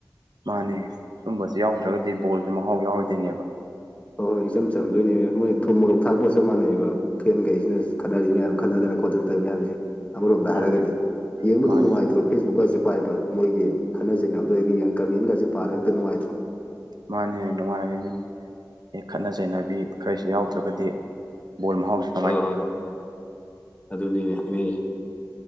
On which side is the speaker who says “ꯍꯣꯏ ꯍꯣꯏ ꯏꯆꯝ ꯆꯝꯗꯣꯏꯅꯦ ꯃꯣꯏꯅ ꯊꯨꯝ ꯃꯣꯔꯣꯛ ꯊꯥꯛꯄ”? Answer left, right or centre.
Left